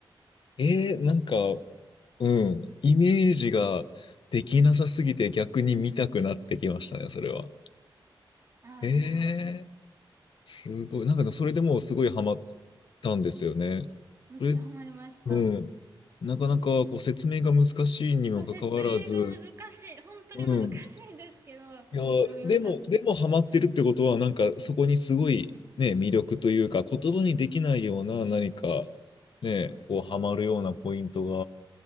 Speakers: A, on the left; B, on the right.
A: う、えー、なんか、うん、イメージができなさすぎて逆に見たくなってきましたね、それは。
B: あ、
A: え
B: そう。
A: ーすごい。なんかでもそれでもうすごいハマったんですよね。
B: めっちゃハマりました。
A: それ、うん。なかなかこう説明が難しいにもかかわらず、
B: <laughs> そう、説明が難しい。本当に難しいんですけど、
A: うん。いや、
B: でもよかっ
A: でも、でもハマってるってことは、なんかそこにすごいね、魅力というか、言葉にできないような何か、ね、こうハマるようなポイント